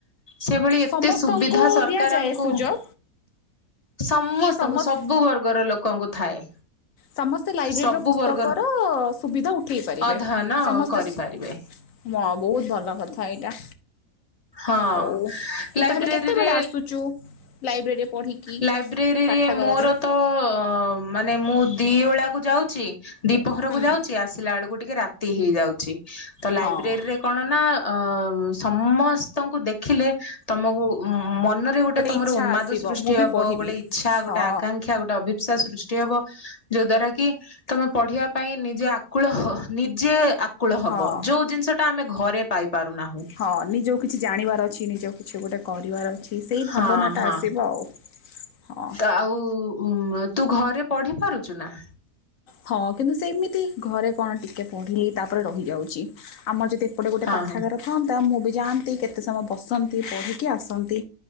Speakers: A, on the left (about 35°); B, on the left (about 60°).
A: ସେଭଳି ଏତେ
B: ସମସ୍ତଙ୍କୁ
A: ସୁବିଧା ସରକାର
B: ଦିଆଯାଏ
A: ଆମକୁ
B: ସୁଯୋଗ
A: ସମସ୍ତଙ୍କୁ
B: କି ସମସ୍ତ
A: ସବୁ ବର୍ଗର ଲୋକ କଣଙ୍କୁ ଥାଏ।
B: ସମସ୍ତେ ଲାଇବ୍ରେରୀ
A: ସବୁ
B: ପୁସ୍ତକର
A: ବର୍ଗର
B: ସୁବିଧା ଉଠେଇ ପାରିବେ
A: ଅଧ୍ୟୟନ
B: ସମସ୍ତେ
A: କରିପାରିବେ।
B: ହଁ ବହୁତ ଭଲ କଥା ଏଇଟା।
A: ହଁ
B: ହଉ ତୁ
A: ଲାଇବ୍ରେରୀରେ
B: ତାହେଲେ କେତେବେଳେ ଆସୁଛୁ ଲାଇବ୍ରେରୀରେ ପଢ଼ିକି
A: ଲାଇବ୍ରେରୀରେ
B: ପାଠାଗାରରେ
A: ମୋର ତ ମାନ ମୁ ଦି ଓଳାକୁ ଯାଉଛି। ଦୀପହରକୁ
B: ହୁଁ
A: ଯାଉଛି ଆସିଲା ବଳକୁ ଟିକେ ରାତି ହେଇଯାଉଛି। ତ ଲାଇବ୍ରେରୀ
B: ହଁ
A: ରେ କଣ ନା ଅ ସମସ୍ତେ ସମଙ୍କୁ ଦେଖିଲେ ତମକୁ ମନରେ ଗୋଟେ ତମର
B: ଇଚ୍ଛା
A: ଉନ୍ମାଦ
B: ଆସିବ
A: ସୃଷ୍ଟି
B: ମୁଁ ବି
A: ହବ
B: ପଢ଼ିବି
A: ଗୋଟେ ଇଚ୍ଛା ଗୋଟେ
B: ହଁ
A: ଆକାଂକ୍ଷା ଗୋଟେ ଅଭି୍ସା ସୃଷ୍ ବ ଯୋଉ ଦ୍ଵାରା କି ତମେ ପଢିବା ପାଇଁ ନିଜେ ଆକୁଳ ନିଜେ କଳ ହବ
B: ହଁ
A: ଯୋଉ ଜିନିଷଟା ଆମେ ଘରେ ପାଇପ୍ ପାରୁନାହୁଁ।
B: ହଁ ନିଜକୁ କିଛି ଜାଣିବାର ଅଛି ନିଜ କିଛି ଗୋଟେ ପରିବାର ଅଛି ସେଇ ଭାବନାଟା
A: ହଁ ହଁ
B: ଆସିବ ଆଉ। ହଁ
A: ତ ଆଉ। ଉ ତୁ ଘରେ ପଢି ପାରୁଛୁ ନା?
B: ହଁ କିନ୍ତୁ ସେମିତି ଘରେ କଣ ଟିକେ ପଢିଲି ତାପରେ ରହିଯାଉଛି ଆମର ଯଦି ଏପଟେ ଗୋଟେ
A: ହଁ
B: ପାଠାଗାର
A: ହଁ।
B: ଥାଆନ୍ତା ମୁଁ ବି ଯାଆନ୍ତି କେତେ ସମୟ ବସନ୍ତି ପଢ଼ିକି ଆସନ୍ତି